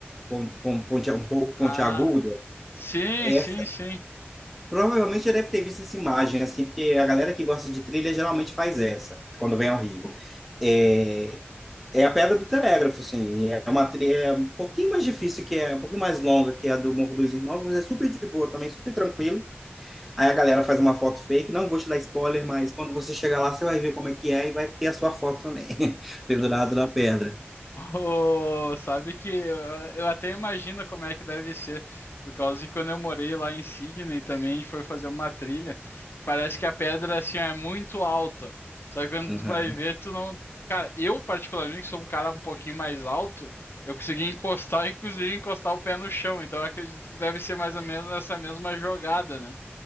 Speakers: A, in the centre; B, on the left.
A: pon- pon- ponte- um pouco pontiaguda,
B: Ah, sim,
A: é
B: sim, sim.
A: Provavelmente já deve ter visto essa imagem, assim, porque a galera que gosta de trilha geralmente faz essa, quando vem ao Rio. É, é a Pedra do Telégrafo, assim, é uma trilha um pouquinho mais difícil, que é um pouquinho mais longa que é a do Morro dos Irmãos, mas é super de boa também, super tranquilo. Aí a galera faz uma foto fake, não vou te dar spoiler, mas quando você chegar lá, você vai ver como é que é e vai ter a sua foto também, <laughs> pendurada na pedra.
B: Ô, sabe que eu, eu até imagino como é que deve ser, por causa que quando eu morei lá em Sydney também, a gente foi fazer uma trilha, e parece que a pedra assim ó, é muito alta. Só que quando
A: Uhum.
B: tu vai ver, tu não. Cara, eu particularmente, que sou um cara um pouquinho mais alto, eu consegui encostar, <laughs> inclusive encostar o pé no chão, então eu acredito que deve ser mais ou menos essa mesma jogada, né?